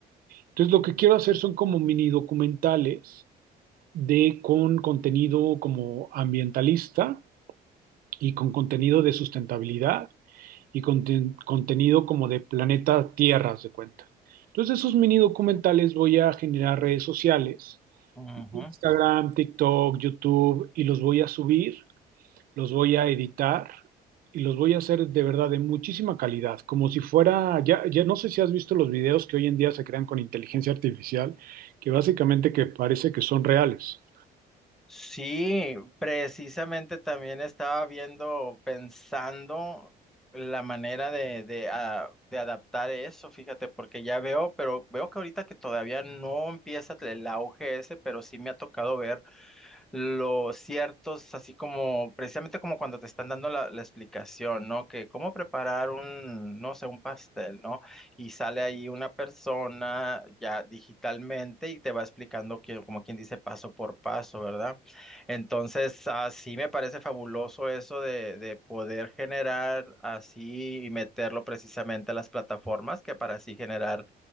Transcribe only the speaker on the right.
entonces, lo que quiero hacer son como mini documentales de con contenido como ambientalista y con contenido de sustentabilidad y conten- contenido como de planeta Tierra, haz de cuenta. Entonces, esos mini documentales voy a generar redes sociales,
Instagram, TikTok, YouTube, y los voy a subir los voy a editar y los voy a hacer de verdad de muchísima calidad, como si fuera, ya, ya no sé si has visto los videos que hoy en día se crean con inteligencia artificial, que básicamente que parece que son reales.